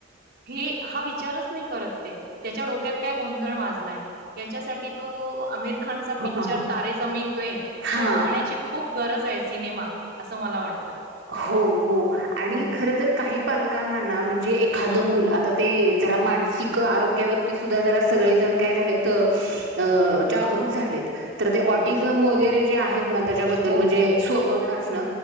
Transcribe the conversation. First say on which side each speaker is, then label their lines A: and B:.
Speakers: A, on the right; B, on the right.
A: हे हा विचारच नाही करत. त्याच्या डोक्यात काय गोंधळ माजलाय. याच्यासाठी तो अ... आमिर खानचा पिक्चर
B: अ
A: तारे जमी पे..
B: हां.
A: तो बघण्याची खूप- गरज आहे सिनेमा असं मला वाटतं.
B: हो हो आणि
A: हम्म
B: खर तर काही पालकांना म्हणजे - जे एखाद
A: हम्म
B: मुल आ ते जरा मानसिक. आरोग्यावरती सुद्धा जरा सगळेजण काय झालेत अ- जागरूक झालेत. तर ते
A: हो
B: ओटीजनम
A: हो
B: वैगेरे जे आहेत ना त्याच्याबद्ल
A: हो
B: म्हणजे
A: हो
B: सोमगण असण.